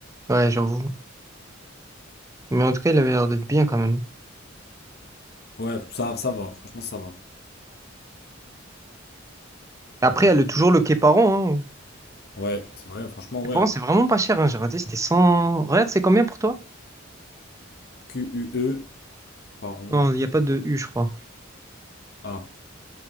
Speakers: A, on the right; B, on the left.
A: Ouais, j'avoue. Mais en tout cas, il avait l'air d'être bien quand même.
B: Ouais, ça, ça va. Franchement, ça va.
A: Après,
B: Bon, attends,
A: elle
B: je
A: a
B: trouve
A: le- toujours le Képaron, hein.
B: pas. Ouais, c'est vrai, franchement,
A: Képaron,
B: ouais. hein.
A: c'est vraiment pas cher, hein. J'ai regardé, c'était 100. Regarde, c'est combien pour toi?
B: Q U E Paron,
A: Non, il n'y a pas de U, je crois.
B: A.